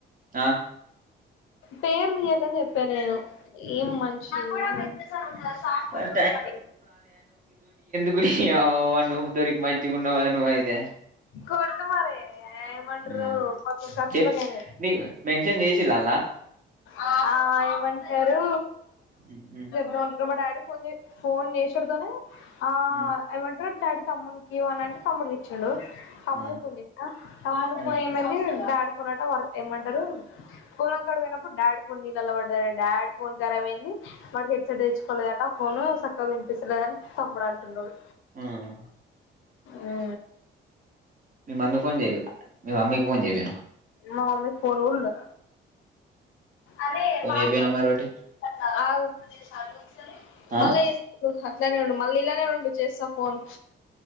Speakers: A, on the right; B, on the left.
A: అ
B: పేరు తీయకని చెప్పాను నేను ఏ మ సాబ ర
A: మరి గు దోరికి మంచిగున్నవ నువ్వు అయితే
B: కొర్ మార ఏమంటారో
A: ఉమ్
B: పొద్దున ఖర్చులు
A: చెప్
B: కైనాయి.
A: నీకు మెన్షన్ చేసిల్లా
B: ఆ ఏమంటారు
A: అల్లా
B: ద అక్రమా డాడి కొ ఫోన్ నేచడతోనే. ఆ
A: ఉమ్
B: యింట తాడు తమ్ముడికి అని అంటే తమ్ముడికి ఇచ్చాండు అమ్ను
A: ఉమ్
B: పజ అమ్మను
A: ఉమ్
B: ప మ డా వారు ఏమంటారు కూలం కాడుయినా డాడ్ ఫోన్ నీళ్ళలా పడద డాడ్ ఫోన్ కర అయింది వాళ హెడ్ సెట్ తెచ్చుకోలేదట ఫోన్ చక్కగా వినిపిస్తలేదని తమ్ముడు అంటున్నాడు.
A: ఉమ్
B: అవు
A: మీ మమ్మీ ఫోన్ చెయ మీ మమ్మీకి ఫోన్ చెపిన్
B: మా మమ్మీ ఫోన్ కూడ్ ఉందా అదే
A: ఫోన్
B: వాస
A: చేపియనవ్
B: ది
A: మరి ఒకటి
B: చాలు
A: ఆ
B: మళ్ళా <unintelligible> ఇట్లానే ఉండు మళ్ళీ ఇలానే ఉండు చేస్తా ఫోన్